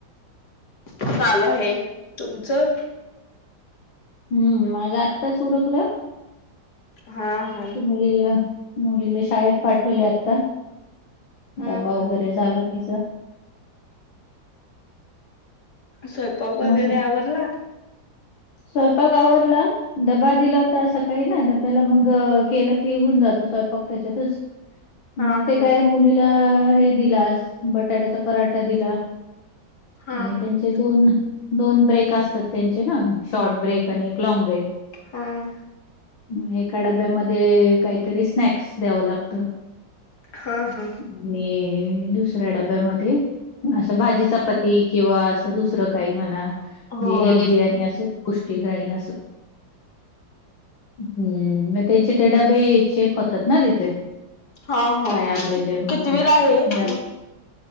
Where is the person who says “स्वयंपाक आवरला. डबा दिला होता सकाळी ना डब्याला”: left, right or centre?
Left